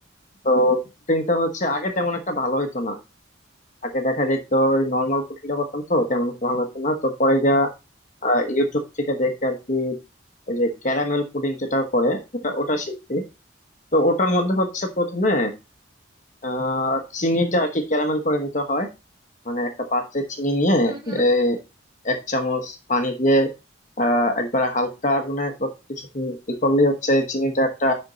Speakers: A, on the left (about 40°); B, on the right (about 20°).
A: তো শুটিংটা হচ্ছে
B: হুম
A: আগে
B: হুম
A: তেমন একটা ভালো হতো না আগে দেখা যেত নর্মাল শুটিংটা করতাম তো তেমন একটা ভালো হতো না তো পরে যা ইউটিউব থেকে দেখে আর কি ওই যে ক্যারামেল পুডিং যেটা করে ওটা ওটা শিখছি তো ওটার মধ্যে হচ্ছে প্রথমে আহ চিনিটা আর কি ক্যারামেল করে নিতে হয় মানে একটা পাত্রে চিনি নিয়ে
B: হুম হুম
A: এ, এক চামচ পানি দিয়ে আহ একবারে হালকা আগুনে কিছুক্ষণ ই করলেই হচ্ছে চিনিটা একটা